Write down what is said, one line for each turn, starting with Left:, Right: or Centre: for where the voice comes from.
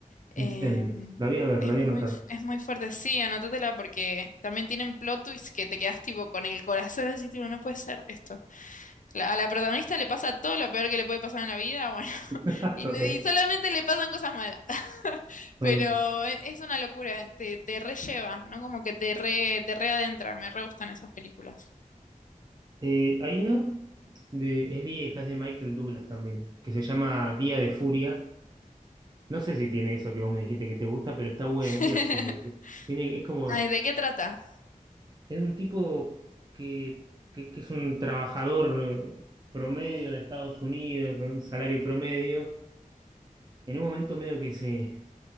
Left: Em,
Right: Incendios. La voy a ver,
Left: es
Right: la voy
Left: muy,
Right: a anotar.
Left: f- es muy fuerte, sí, anótatela porque también tienen plot twists que te quedas tipo con el corazón así, tipo, no puede ser esto. La- a la protagonista le pasa todo lo peor que le puede pasar en la vida, bueno, <laughs>
Right: <laughs>
Left: y,
Right: Ok,
Left: ni- y solamente le pasan cosas malas. <laughs> Pero
Right: ok.
Left: e- es, una locura, te, te relleva, ¿no? Como que te re, te readentra, me re gustan esas películas.
Right: Eh, hay una de, es vieja, es de Michael Douglas también, que se llama Día de Furia. No sé si tiene eso que vos me dijiste que te gusta, pero está buena,
Left: <laughs>
Right: es divertida. sí. Tiene, es como
Left: Ay, ¿de qué trata?
Right: Es un tipo que, que- que es un trabajador eh, promedio de Estados Unidos, con un salario promedio. En un momento medio que se,